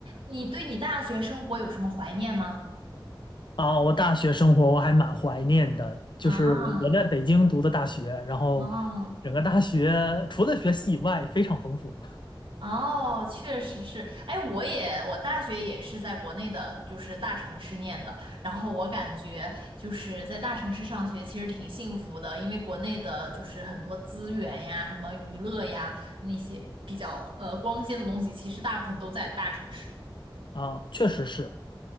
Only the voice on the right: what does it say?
你对你大学生活有什么怀念吗？
啊，
哦，
哦，确实是。哎，我也，我大学也是在国内的，就是大城市念的。然后我感觉就是在大城市上学其实挺幸福的，因为国内的就是很多资源呀、什么娱乐呀那些比较呃光鲜的东西，其实大部分都在大城市。